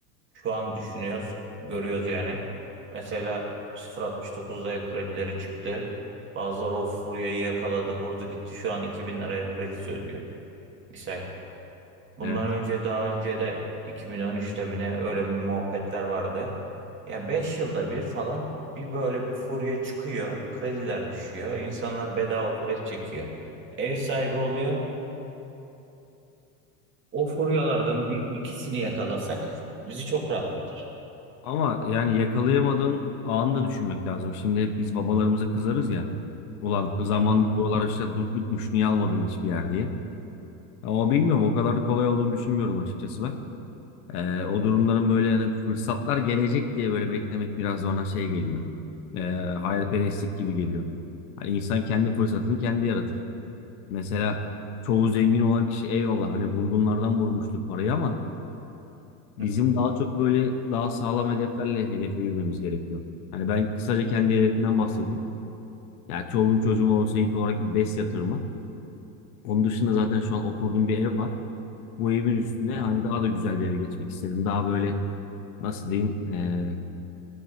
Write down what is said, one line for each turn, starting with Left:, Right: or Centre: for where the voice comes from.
Right: şu an düşünüyoruz, görüyoruz yani. Mesela 0.69'da ev kredileri çıktı. Bazıları o furyayı yakaladı, vurdu gitti. Şu an 2000 lira ev kredisi ödüyor. Misal. Bundan
Left: Evet.
Right: önce daha önce de 2013'te mi ne öyle muhabbetler vardı. Ya 5 yılda bir falan bir böyle bir furya çıkıyor. Krediler düşüyor. İnsanlar bedava kredi çekiyor. Ev sahibi oluyor. O furyalardan bir ikisini yakalasak bizi çok rahatlatır.
Left: Ama yani yakalayamadığın anı da düşünmek lazım. Şimdi hep biz babalarımıza kızarız ya. Ulan zamanında
Right: Hı?
Left: buralar işte dutlukmuş niye almadın hiçbir yer diye. Ama bilmiyorum o kadar da kolay olduğunu düşünmüyorum açıkçası ben. Ee, o durumların böyle yani fırsatlar gelecek diye böyle beklemek biraz bana şey geliyor. Ee, hayalperestlik gibi geliyor. Hani insan kendi fırsatını kendi yaratır. Mesela çoğu zengin olan kişi eyvallah hani vurgunlardan vurmuştur parayı ama bizim
Right: Hı hı.
Left: daha çok böyle daha sağlam hedeflerle hedefe yürümemiz gerekiyor. Hani ben kısaca kendi hedefimden bahsedeyim. Ya çoluğum çocuğum olursa ilk olarak bir BES yatırımı. Onun dışında zaten şu an oturduğum bir ev var. Bu evin üstüne
Right: Ya,
Left: hani daha da güzel bir eve geçmek isterim. Daha böyle nasıl diyeyim eee,